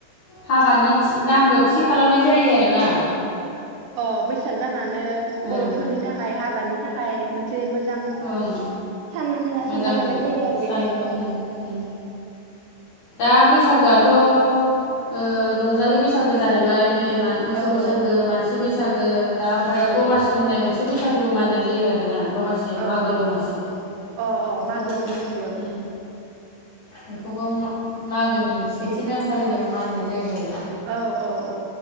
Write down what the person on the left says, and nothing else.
हाबानि दानबो थि खालामनाय जायो आरोना।
ओं
ओं
मोजां
सान
उम उम दा बैसागोआथ' ओ रंजालि बैसा बैसागो जाहैबाय नै मोसौ
बैसागो
मानसि बैसागो सागो दा ओमफ्राय
दमासि होननाय मोनसे एसे बैसागोबो मानिनाय जायो आरो ना दमासि
मागो
दमासि
बेखौबो
उम बेखौबो मा -मागोनि सेथि दानखालिनो मानिलिनाय जायो आरो